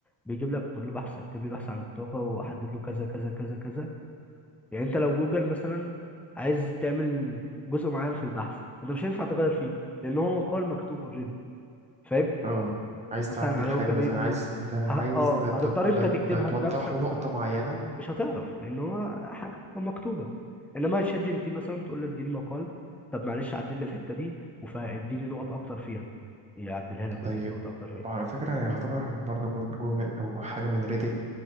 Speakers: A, in the centre; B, on the right.
A: بيجيب لك تقول له بحث اكتب لي بحث عن الطاقة واحدد له كذا كذا كذا كذا يعني انت لو جوجل مثلا عايز تعمل جزء معين في البحث انت مش هينفع تغير فيه لان هو مقال مكتوب اوريدي فاهم
B: اه عايز
A: مثلا
B: تعدل
A: على
B: حاجة
A: ويكيبيديا
B: مثلا عايز ده
A: ه-
B: عايز
A: اه
B: ده ده
A: هتضطر
B: ده,
A: انت تكتبها
B: ده توضح
A: بنفسك
B: له نقطة
A: وتعد...
B: معينة
A: مش هتعرف لان هو حاجة مكتوبة انما شات جي بي تي مثلا بتقول له اديني مقال طب معلش عدل لي الحتة دي واديني نقط اكتر فيها يعدلها لك
B: طيب
A: ويديك نقط اكتر
B: طب
A: فيها
B: على فكرة يعتبر برضه جو- جوجل أو حاجة من ريديت